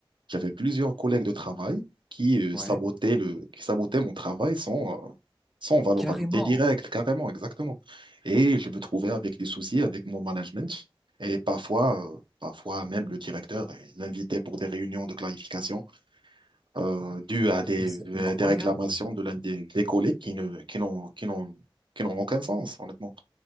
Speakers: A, on the right; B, in the centre.
A: j'avais plusieurs collègues de travail qui, euh,
B: Ouais.
A: sabotaient le, qui sabotaient mon travail sans, euh, sans valeur
B: Carrément.
A: ajoutée directe, carrément, exactement. Et je me trouvais avec des soucis avec mon management. Et parfois, euh, parfois même le directeur euh, m'invitait pour des réunions de clarification euh, dû à des,
B: Mais c'est incroyable.
A: à des réclamations de l'un des, des collègues qui ne, qui n'ont, qui n'ont, qui n'ont aucun sens, honnêtement.